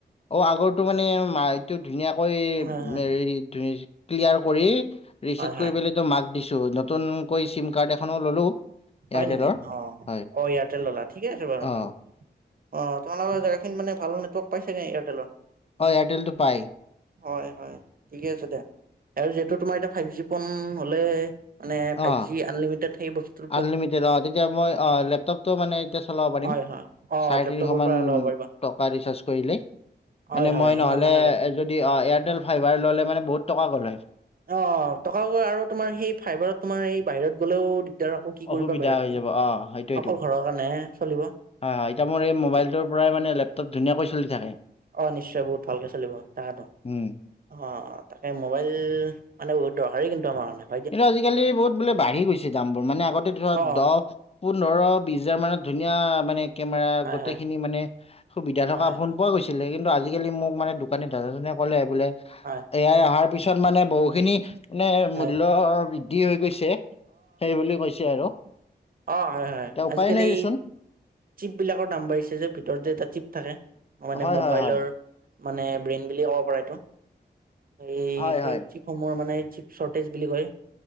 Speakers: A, on the left; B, on the right.
A: অ' আগৰটো মানে, এইটো ধুনীয়াকৈ
B: হয়
A: ক্লিয়াৰ
B: হয়
A: কৰি ৰিচেট
B: হয় হয়
A: কৰি পেলায় এইটো মাক দিছো, নতুনকৈ চিম কাৰ্ড এখনো ললো।
B: হয়
A: এয়াৰটেলৰ
B: নেকি? অহ্,
A: হয়
B: অ' এয়াৰটেল ল'লা। ঠিকে আছে বাৰু,
A: অ
B: ভাল। অ' তোমালোকৰ জেগাখিনিত মানে ভাল নেটৱৰ্ক পাই ছাগে এয়াৰটেলৰ।
A: অ এয়াৰটেলটো পাই
B: হয়, হয়, ঠিকে আছে দিয়া। আৰু যিহেতু তোমাৰ এতিয়া ফাইভ জি ফোন হ'লে মানে,
A: অ
B: ফাইভ জি আনলিমিটেড সেই বস্তু
A: আনলিমিটেড অঁ, তেতিয়া মই অ, লেপটপটো মানে এতিয়া চলাব পাৰিম।
B: হয় হয় অ'
A: চাৰে
B: লেপটপৰ
A: তিনিশমান
B: পৰা ল'ব পাৰিবা।
A: টকা ৰিচাৰ্জ কৰিলেই,
B: হয়
A: মানে
B: হয়
A: মই
B: সিমান
A: নহ'লে
B: মানে লৈ দিয়া।
A: য দি অঁ এয়াৰটেল ফাইবাৰ ল'লে মানে বহুত টকা গ'ল হয়।
B: অ টকা গ'ল আৰু তোমাৰ সেই ফাইবাৰত তোমাৰ এই বাহিৰত গ'লেও তেতিয়া আকৌ কি
A: অসুবিধা
B: কৰিবা বাহিৰত
A: হৈ
B: গৈ!
A: যাব অ সেইটোৱেইটো
B: অকল ঘৰৰ কাৰণেহে চলিব।
A: হয় হয়, এতিয়া মোৰ এই মোবাইলটোৰ
B: এতিয়া।
A: পৰাই মানে লেপটপ ধুনীয়াকৈ চলি থাকে।
B: অ' নিশ্চয় বহুত ভালকে চলিব, তাকেতো।
A: উম
B: অ' অহ্, তাকে মোবাইল মানে বহুত দৰকাৰী কিন্তু আমাৰ কাৰনে।
A: কিন্তু আজিকালি বহুত বোলে বাঢ়ি গৈছে দামবোৰ। মানে আগতে ধৰা
B: অ'
A: দহ পোন্ধৰ বিচ হাজাৰ মানত ধুনীয়া মানে কেমেৰা
B: হয়
A: গোটেইখিনি
B: হয়
A: মানে সুবিধা থকা
B: হয়
A: ফোন
B: হয়
A: পোৱা গৈছিল। ছিলে। কিন্তু আজিকালি মোক মানে দোকানী দাদাজনে ক'লে, বোলে
B: হয়
A: এ আই অহাৰ পিছত মানে বহুখিনি মানে,
B: হয়
A: মূল্য বৃদ্ধি হৈ গৈছে। সেইবুলি কৈছে আৰু।
B: অঁ হয় হয়,
A: এতিয়া উপায়
B: আজিকালি
A: নাই দেচোন
B: চিপবিলাকৰ দাম বাঢ়িছে যে। ভিতৰত যে এটা চিপ থাকে। মানে
A: হয়
B: মোবাইলৰ
A: হয় হয়
B: মানে ব্ৰেইন বুলিয়ে ক'ব পাৰা এইটো। এই
A: হয়
B: সেই
A: হয়
B: চিপসমূহৰ মানে চিপ চৰ্টেজ বুলি কয়।